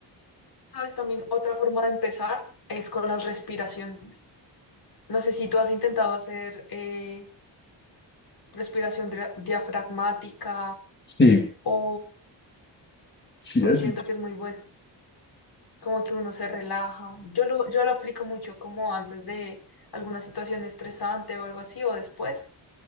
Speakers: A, on the left; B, on the left.
A: ¿Sabes? También otra forma de empezar es con las respiraciones. No sé si tú has intentado hacer... eh, respiración dra- diafragmática
B: Sí,
A: o,
B: sí,
A: uy,
B: es
A: siento que es muy bueno, como que uno se relaja. Yo lo, yo lo aplico mucho como antes de alguna situación estresante o algo así o después.